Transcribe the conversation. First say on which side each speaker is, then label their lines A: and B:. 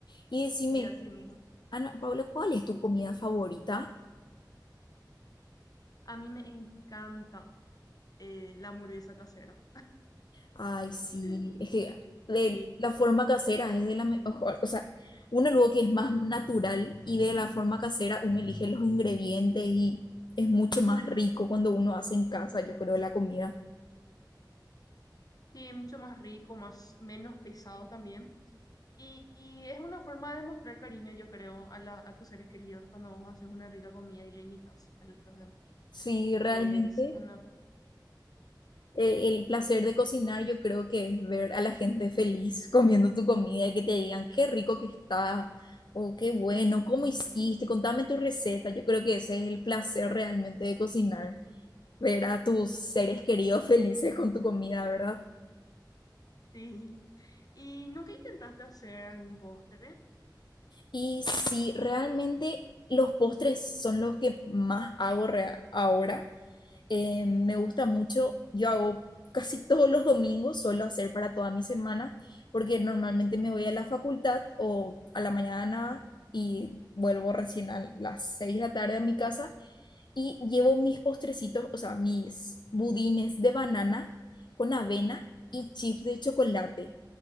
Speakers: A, on the left; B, on the left.
A: Y decime,
B: Sí, así mismo.
A: Ana Paula, ¿cuál es tu comida favorita?
B: A mí me encanta eh, la hamburguesa casera.
A: Ay, sí,
B: <laughs>
A: es que de
B: Sí,
A: la forma casera es de la mejor, o sea, uno luego que es más natural y de la forma casera uno elige los ingredientes y es mucho más rico cuando uno hace en casa, yo creo, la comida.
B: sí, mucho más rico, más, menos pesado también. Y, y es una forma de mostrar cariño, yo creo, a, la, a tus seres queridos cuando vos haces una rica comida y le invitas a los demás.
A: Sí, realmente
B: Es una...
A: eh, el placer de cocinar yo creo que es ver a la gente feliz <laughs> comiendo tu comida y que te digan qué rico que está. o qué bueno, ¿cómo hiciste? Contame tu receta. Yo creo que ese es el placer realmente de cocinar. ver a tus seres queridos felices con tu comida, ¿verdad?
B: Sí. ¿Y nunca intentaste hacer algún postre?
A: Y sí, realmente los postres son los que más hago rea- ahora. Eh, me gusta mucho, yo hago casi todos los domingos, suelo hacer para toda mi semana, porque normalmente me voy a la facultad o a la mañana y vuelvo recién a las 6 de la tarde a mi casa y llevo mis postrecitos, o sea, mis budines de banana con avena y chips de chocolate.